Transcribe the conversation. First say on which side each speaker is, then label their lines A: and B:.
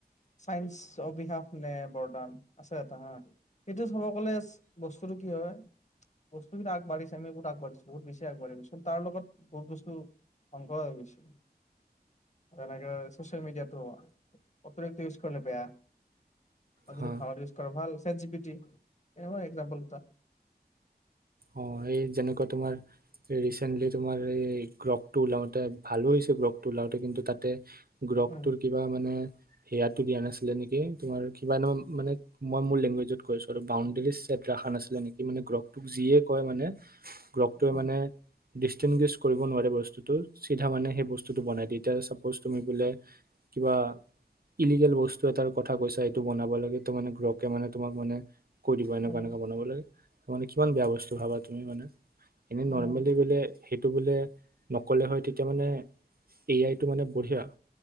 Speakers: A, on the left; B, on the right.
A: চাইন্স অভিশাপ নে বৰদান আছে এটা হা, সেইটো চাব গ'লে বস্তুটো কি হয়, বস্তুবিলাক আগাঢ়িছেনে, বহুত আগবাঢ়িছো, বহুত বেছি আগবাঢ়ি গৈ। তাৰ লগত বহুত বস্তু ধ্বংস হৈ গৈছে। তেনেকে চচিয়েল মিডিয়াতো অতিৰিক্ত ইউজ কৰিলে বেয়া। অ
B: হা
A: যদি ভালত ইউজ কৰা ভাল একজিভিটি এহয় একজাম্পল এটা।
B: অঁ এই যেনেকুৱা তোমাৰ ৰিচেণ্টলি তোমাৰ এই গ্লকটো ওলাওতে ভালো হৈছে গ্লকটো ওলাওতে কিন্তু তাতে গ্লকটোৰ
A: উম,
B: কিবা মানে সেয়াটো দিয়া নাছিলে নেকি তোমাৰ কিবা ন মানে মই মোৰ লেংগুৱেজত কৰিছোঁ আৰু বাউণ্ডেৰী চেট ৰাখা নাছিলা নেকি? মানে গ্লকটোক যিয়ে কয় মানে গ্ৰকটোৱে
A: উম,
B: মানে ডিষ্টিংগেছ কৰিব নোৱাৰে বস্তুটো চিধা মানে সেই বস্তুটো বনায় দিয়ে এতিয়া চাপছ তুমি বোলে কিবা ইলিগেল বস্তু টো এতাৰ কথা কৈছা এইটো বনাব লাগে। তো মানে ঘ্লকে মানে তোমাক মানে কৈ দিব এনেকুৱা
A: উম,
B: এনেকুৱা বনাবলৈ মানে কিমান বেয়া বস্তু খাবা তুমি মানে এনে নৰ্মেলি
A: উম,
B: বোলে সেইটো বোলে নক'লে হয় তেতিয়া মানে এ আইটো মানে বঢ়িয়া।